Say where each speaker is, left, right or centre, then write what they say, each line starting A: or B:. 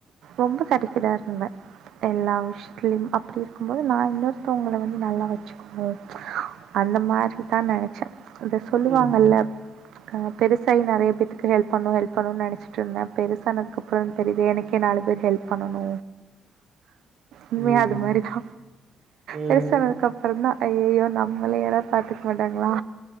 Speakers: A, on the right (about 75°); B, on the right (about 60°).
A: ரொம்ப சேட்டிஸ்ஃபைடா இருந்தே எல்லா விஷயத்துலயும் அப்டி இருக்கும் போது நா இன்னொருத்தவங்கள வந்து நல்லா வச்சிக்கணு அந்த மாறி தா நெனைச்சே இந்த சொல்லுவாங்கல்ல
B: ம் ம் ம்
A: ஆ பெருசு நெறைய பேத்துக்கு ஹெல்ப் பண்ணு ஹெல்ப் பண்ணுன் நெனச்சிட்ருந்தே பெருசானதுக்கப்றோ தெரிது எனக்கே நாலு பேர் ஹெல்ப் பண்ணனூ உண்மையா
B: ம்
A: அது
B: ம்
A: மாறிதா
B: ம்
A: பெருசானதுக்கப் பறோந்தா ஐய்யயோ நம்மள யாராத் பாத்துக்க மாட்டாங்களா